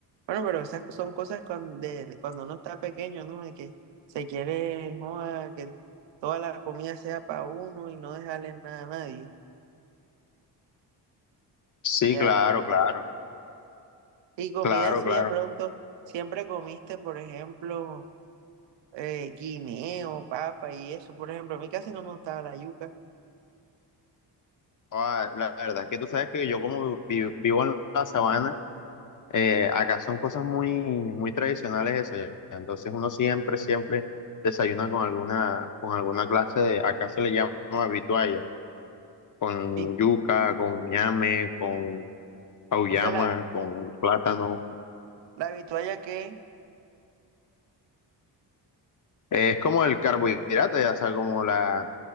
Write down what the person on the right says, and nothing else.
Bueno, pero esas son cosas cuan- de- de cuando uno está pequeño, ¿no? De que se quiere, joda, que toda la comida sea para uno y no dejarle nada a nadie.
Ya.
Y comida
así
de pronto, siempre comiste, por ejemplo, eh, guineo, papa y eso. Por ejemplo, a mí casi no me gustaba la yuca.
Sí.
O sea, la,
la vitualla que...